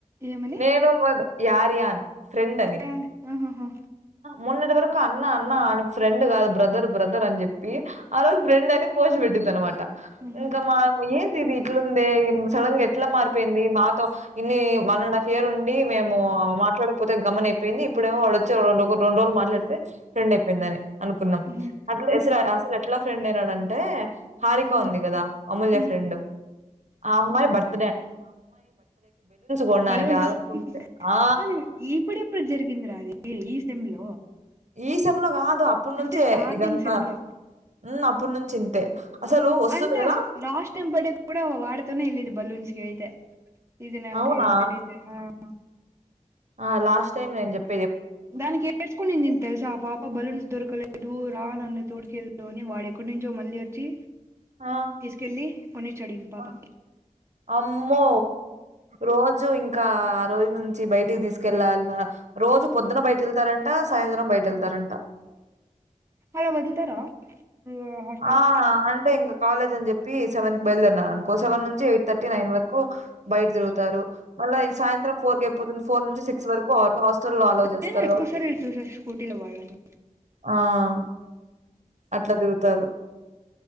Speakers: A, on the right; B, on the right.
A: ఏమని
B: నేను మధు యారయన్ ఫ్రెండ్ అని.
A: ఆ ఆహాహా
B: మెన్నటి వరకు అన్న అన్న అనీ ఫ్రెండ్ కాదు బ్రదర్ బ్రదర్ అని చెప్పి ఆ రోజు ఫ్రెండ్ అని పోసిపెట్ తిట్టిది అనమాట
A: ఉహు
B: ఇంకా మా పోయి. ఇది ఇట్లుందే సడన్ గా ఎట్లా మారిపోయింది. మాతో ఇన్ని వన్ అండ్ హాఫ్ ఇయర్ ఉండి మేము. మాట్లాడకపోతే గమున అయిపోయింది ఇప్పుడేమో వడోచ్చి రెండొ రెండు రోజులు మాట్లాడితే ఫ్రెండ్ అయిపోయిందని అనుకున్నాం.
A: ఉహు
B: అట్
A: ఉహు
B: అసలు అస ఎట్లా. ఫ్రెండ్ అయినాడంటే హారిక
A: ఉమ్
B: ఉంది కదా అమూల్య
A: ఉమ్
B: ఫ్రెండ్ ఆ అమ్మాయి భర్త. గొనడానికి
A: బలోన్స్
B: రాదనుకుంటే ఆ!
A: అది ఇప్పుడు ఎప్పుడు జరిగి. ఇందుర అది ఈ సెమ్ లో.
B: ఈ సేమ్ లో కాదు అప్పడు
A: అంటే
B: నుంచే
A: స్టార్టింగ్
B: ఇదంతా
A: సెమ్ లో
B: ఉమ్ అప్పటి నుంచి ఇంతే. అసలు
A: ఉమ్
B: వస్తుంది
A: అంటే
B: గదా!
A: లాస్ట్ టైమ్ బర్త్డే కూడా వాడితోనే వెళ్ళింది బలూన్స్ గైతే. ఇది నాకే
B: అవునా!
A: తెలిదే ఆహ్.
B: ఆ లాస్ట్ టైమ్ నేను చెప్పి
A: దానికి ఎయిడ్స్కునుంది తెల్సా పాప బలూన్స్ దొరకలేదు రా నన్ను తోడ్కెళ్. లోని వాడెక్కడి నుంచో మళ్ళీ వచ్చి
B: ఆ!
A: తీసుకెళ్ళి కొనిచ్చాడు ఈ పాపకి.
B: ఆ, అమ్మో. రోజు ఇంకా ఆ రోజు నుంచి బయటికి తీసుకెళ్ళాలన్న. రోజు పొద్దున బయట వెళ్తారంట. సాయంత్రం బయట వెళ్తారంట.
A: అలా వదులుతారా. హాస్టల్లో
B: ఆహ్ అంటే ఇంకా కాలేజ్ అని చెప్పి సెవెన్ కి బయలుదేరిన్నారు అనుకోస్ సెవెన్ నుంచి ఎయిట్ థర్టీ నైన్ వరకు బయట తిరుగుతారు. మళ్ళా ఈ సాయంత్రం ఫోర్ కి అయిపోతుంది ఫోర్ నుంచి సిక్స్ వరకు హాస్టల్ లో అలో చేస్తారు
A: నేను ఎక్కువ
B: కాబట్టి.
A: సార్లు చూసా స్కూటీలో వాళ్ళని.
B: ఆహ్ అట్లా తిరుగుతారు.